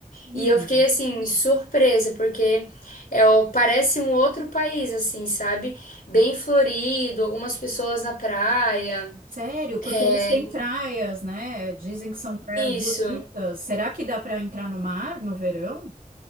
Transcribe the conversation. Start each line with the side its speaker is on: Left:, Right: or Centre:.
Right: Hum.
Left: E eu fiquei assim, surpresa, porque é, o- parece um outro país, assim, sabe? Bem florido, algumas pessoas na praia.
Right: Sério? Porque
Left: É,
Right: eles têm praias, né? Dizem que são praias bonitas.
Left: Isso.
Right: Será que dá para entrar no mar no verão?